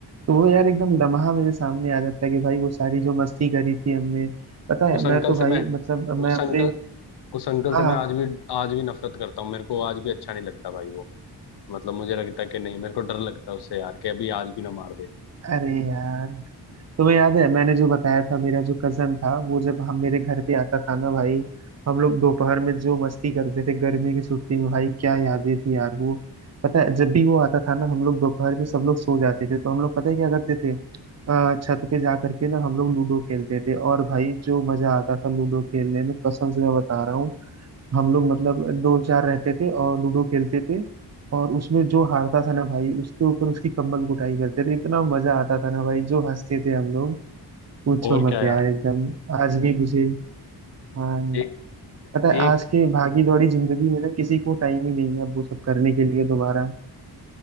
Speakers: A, on the right; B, on the left.
A: तो वो यार एकदम लम्हा मेरे सामने आ जाता है कि भाई वो सारी जो मस्ती करी थी हमने पता है
B: उस अंकल
A: मैं तो
B: से
A: भाई
B: मैं
A: मतलब
B: उस
A: मैं अपने
B: अंकल उस अंकल
A: हाँ
B: से मैं आज भी आज भी नफरत करता हूँ मेरे को आज भी अच्छा नहीं लगता भाई वो मतलब मुझे लगता है कि नहीं मेरे को डर लगता है उससे यार कि अभी आज भी ना मार दे
A: अरे यार तुम्हें याद है मैंने जो बताया था मेरा जो कजन था वो जब हम मेरे घर पे आता था ना भाई हम लोग दोपहर में जो मस्ती करते थे गर्मी की छुट्टी में भाई क्या यादें थी यार वो पता है जब भी वो आता था ना हम लोग दोपहर में सब लोग सो जाते थे तो हम लोग पता है क्या करते थे अ, छत पे जा करके ना हम लोग लूडो खेलते थे और भाई जो मजा आता था लूडो खेलने में कसम से मैं बता रहा हूँ हम लोग मतलब दो चार रहते थे और लूडो खेलते थे और उसमें जो हारता था ना भाई उसके ऊपर उसकी कंबल कुटाई करते थे इतना मजा आता था ना भाई जो हंसते थे हम लोग पूछो
B: और
A: मत
B: क्या यार
A: यार एकदम आज भी मुझे हाँ यार
B: एक
A: पता है
B: एक
A: आज के भागी दौड़ी जिंदगी में ना किसी को टाइम ही नहीं है अब वो सब करने के लिए दोबारा